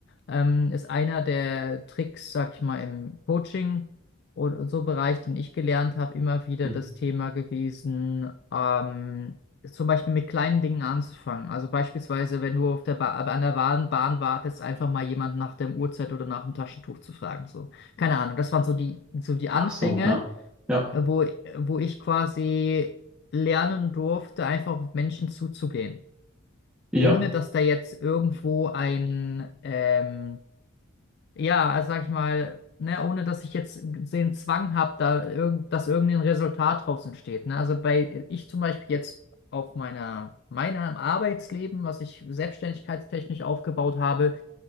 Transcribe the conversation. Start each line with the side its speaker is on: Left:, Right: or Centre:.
Left: ähm, ist einer der Tricks, sag ich mal, im Coaching und, und so Bereich, den ich gelernt habe, immer wieder
Centre: Mhm.
Left: das Thema gewesen, ähm, zum Beispiel mit kleinen Dingen anzufangen. Also beispielsweise, wenn du auf der ba an der Bahn, Bahn wartest, einfach mal jemand nach dem Uhrzeit oder nach dem Taschentuch zu fragen. So. Keine Ahnung, das waren so die, so die Anfänge,
Centre: Ach so, ja. Ja,
Left: äh, wo, wo ich quasi lernen durfte, einfach auf Menschen zuzugehen.
Centre: ja.
Left: Ohne dass da jetzt irgendwo ein, ähm, ja, also sag ich mal, ne, ohne dass ich jetzt den Zwang habe, da irgend, dass irgendein Resultat draus entsteht. Ne? Also bei ich zum Beispiel jetzt auf meiner, meiner Arbeitsleben, was ich selbstständigkeitstechnisch aufgebaut habe,